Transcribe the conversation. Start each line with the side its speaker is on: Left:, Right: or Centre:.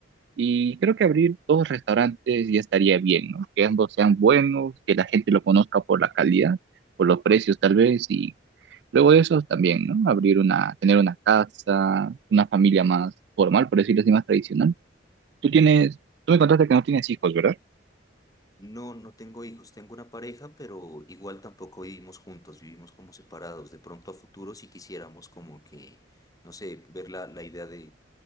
Right: Y creo que abrir dos restaurantes ya estaría bien, ¿no? Que ambos sean buenos, que la gente lo conozca por la calidad, por los precios tal vez, y luego de eso también, ¿no? Abrir una, tener una casa, una familia más formal, por decirlo así, más tradicional. Tú tienes, tú me contaste que no tienes hijos, ¿verdad?
Left: No, no tengo hijos, tengo una pareja, pero igual tampoco vivimos juntos, vivimos como separados. De pronto a futuro si quisiéramos como que, no sé, ver la, la idea de,